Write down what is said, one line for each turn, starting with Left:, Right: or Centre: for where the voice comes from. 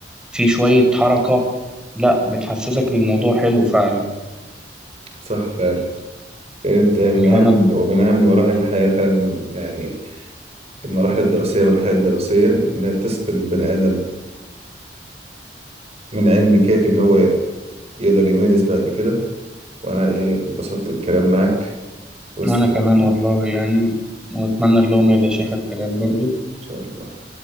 Centre: في شوية حركة لا بتحسسك إن الموضوع حلو فعلا
Right: صح فعلا يعني انت من
Centre: اللي
Right: اهم
Centre: أنا
Right: ومن اهم مراحل الحياه فعلا يعني المراحل الدراسيه والحياه الدراسيه انها تسقي البني ادم من علم كافي ان هو يقدر يمارس بعد كده وانا ايه انبسطت بالكلام معاك والسلام
Centre: وأنا كمان
Right: عليكم.
Centre: والله يعني وأتمنى اللي هو ما يبقاش آخر كلام برضو
Right: ان شاء الله